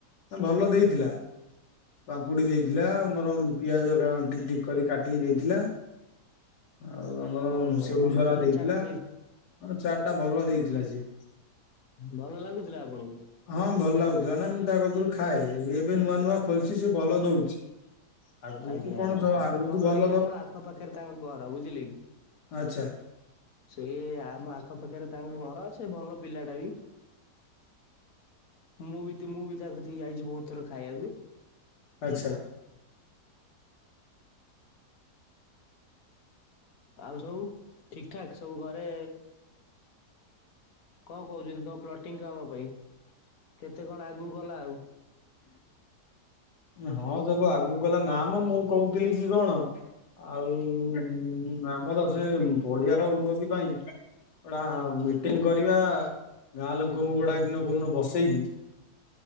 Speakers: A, on the left; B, on the left.
A: ଭଲ ଦେଇଥିଲା। ପାମ୍ପୁଡି ଦେଇଥିଲା ଆମର ପିଆଜ ଟିକ ଟିକ କରି କାଟିକି ଦେଇଥିଲା ଆଉ ଆମର
B: ଓହୋ
A: ସେଉ
B: ଭଲ
A: ଝରା
B: ତାହେଲେ
A: ଦେଇଥିଲା।
B: ଚାଟ୍
A: ହଁ ଚାଟ ଟା ଭଲ ଦେଇଥିଲା ଶେ।
B: ଭଲ ଲାଗୁଥିଲା ଆପଣଙ୍କୁ?
A: ହଁ ଭଲ ଲାଗୁଥିଲା ନାଇଁ ମୁଁ ତା କ ଦରୁ ଖାଏ। ଏବେ ନୂଆ ନୂଆ ଖୋୋଲିଛି ସେ ଭଲ ଦଉଛି। ଆଗକୁ
B: ଆଜ୍ଞା
A: କଣ ସ
B: ତାଙ୍କ
A: ଆଗକୁ
B: ଘର
A: ଭଲ
B: ଇ
A: ଦ
B: ଆମ ଆଖ ପାାଖରେ ତାଙ୍କ ଘର ବୁଝିଲେ କି?
A: ଆଚ୍ଛା
B: ସେ ଆମ ଆଖ ପାାଖରେ ତାଙ୍କ ଘର ସେ ଭଲ ପିଲା ଟା ବି। ମୁଁ ବି ମୁଁ ବି ତାକୁିକି ଯାଇଛି ବହୁତ ଥର ଖାଇବାକୁ।
A: ଆଛା
B: ଆଉ ସବୁ ଠିକ ଠାକ ସବୁ ଘରେ କଣ କହୁଛନ୍ତି ତମ ପ୍ଲଟିଂ କାମ ପାଇଁ କେତେ କଣ ଆଗକୁ ଗଲା ଆଉ? ହ
A: ହଁ ସବୁ ଆଗକୁ ଗଲା ନାମ ମୁଁ କହୁଥିଲି କି କଣ? ଆଉ ହୁଁ ଆମର ସେ ପଡିଆ ର ଉନ୍ନତି ପାଇଁ ଗଟା ମିଟିଂ କରିବା ଗାଁ ଲୋକଙ୍କୁ ଗୁଡା ଦିନ କୋଉ ଦିନ ବସେଇକି